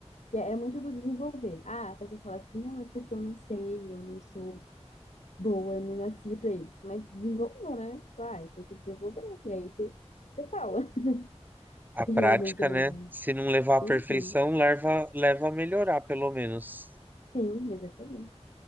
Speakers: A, on the left; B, on the right.
A: Que é é muito do desenvolver. Ah, a pessoa fala assim, não, é porque eu não sei, eu não sou boa, eu não nasci pra isso. Mas desenvolva, né? Tipo, ah, tem que desenvolver. E aí você, você fala <laughs>
B: A
A: se
B: prática,
A: realmente não
B: né?
A: é.
B: Se não levar à
A: Uhum.
B: perfeição, leva, leva a melhorar, pelo menos.
A: Sim, exatamente.